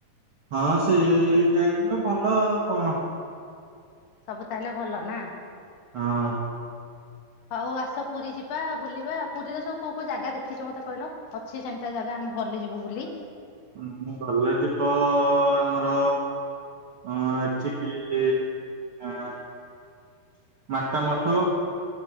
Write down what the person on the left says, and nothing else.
ସବୁ ତାହଲେ ଭଲ ନାଁ?
ହଉ ଆସ ପୁରୀ ଯିବା ବୁଲିବା ପୁରୀରେ ସବୁ କୋଉ କୋଉ ଜାଗା ଦେଖିଛ ମତେ କହିଲ ଅଛି ସେମତିଆ ଜାଗା ଆମେ ଘଲେ ଯିବୁ ବୁଲି।